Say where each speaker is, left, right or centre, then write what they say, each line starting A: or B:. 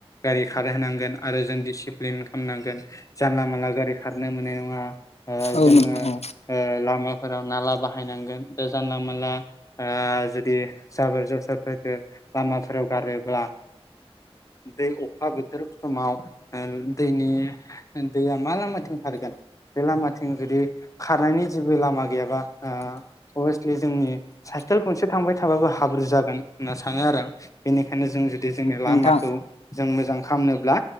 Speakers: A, on the left; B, on the left.
A: गारि खार होनोनांगोन आरो जों दिसिप्लिन खालामनांगोन जानला मानला गारि खारनो मोननाय नङा
B: औ
A: जोङो
B: नोंथां औ
A: लामाफोराव ओ नाला बाहायनांगोन। जानला मानला ओ जुदि जाबोर जसोरफोरखौ लामाफोराव गारोब्ला दै अखा बोथोर समाव दैनि दैया मा लामाथिं खारगोन बे लामाथिं जुदि खारनायनि जेबो लामा गैयाबा अभिसलि जोंनि साइकेल गंसे थांबाय थाबाबो हाब्रु जागोन होनना सानो आरो आं बेनिखायनो जों जुदि जोंनि लामाखौ
B: नोंथां
A: जों मोजां खालामनोब्ला